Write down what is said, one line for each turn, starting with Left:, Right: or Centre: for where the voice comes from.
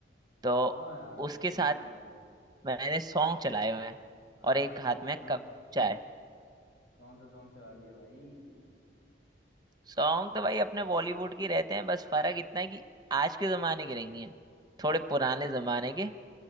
Right: तो
Left: हाँ यार
Right: उसके साथ
Left: ये तो है
Right: मैंने सॉन्ग चलाए हुए हैं
Left: अच्छा
Right: और एक
Left: भाई
Right: हाथ
Left: कौन
Right: में
Left: सा
Right: कप चाय
Left: कौन सा सॉन्ग चला लिया भाई
Right: सॉन्ग तो भाई अपने बॉलीवुड के रहते हैं बस फर्क इतना है कि आज के जमाने के नहीं है थोड़े
Left: अच्छा
Right: पुराने जमाने के